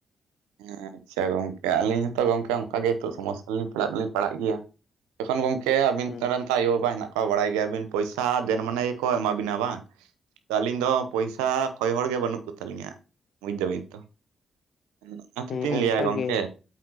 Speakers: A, on the right (about 80°); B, on the left (about 60°).
A: ᱦᱮᱸ ᱟᱪᱪᱷᱟ ᱜᱚᱝᱠᱮ ᱟᱞᱤᱧ ᱦᱚᱸᱛᱚ ᱜᱚᱝᱠᱮ ᱚᱝᱠᱟ ᱜᱮ ᱦᱤᱛᱳᱜ ᱥᱚᱢᱚᱥᱥᱟ ᱨᱮᱞᱤᱝ ᱯᱟᱲᱟᱜ ᱫᱚᱞᱤᱧ ᱯᱟᱲᱟᱜ ᱜᱮᱭᱟ᱾ ᱡᱚᱠᱷᱚᱱ ᱜᱚᱝᱠᱮ ᱟᱹᱵᱤᱱ
B: ᱦᱩᱸ
A: ᱛᱚᱨᱮᱱ ᱛᱚ ᱟᱭᱳᱼᱵᱟᱵᱟ ᱦᱮᱱᱟᱜ ᱠᱚᱣᱟ ᱵᱟᱲᱟᱭ ᱜᱮᱭᱟᱵᱤᱱ ᱯᱚᱭᱥᱟ ᱫᱮᱱ ᱢᱟᱱᱮ ᱜᱮᱠᱚ ᱮᱢᱟ ᱵᱤᱱᱟ ᱵᱟᱝ? ᱛᱚ ᱟᱹᱞᱤᱧ ᱫᱚ ᱯᱚᱭᱥᱟ ᱠᱷᱚᱭ ᱦᱚᱲ ᱜᱮ ᱵᱟᱹᱱᱩᱜ ᱠᱚ ᱛᱟᱞᱤᱧᱟ ᱵᱩᱡᱽ ᱫᱟᱵᱤᱱ ᱛᱚ᱾ ᱚᱱᱟ ᱦᱚᱛᱮᱫ
B: ᱦᱮᱸ
A: ᱛᱤᱧ
B: ᱚᱱᱠᱟ
A: ᱞᱟᱹᱭᱟ ᱜᱚᱝᱠᱮ
B: ᱜᱮ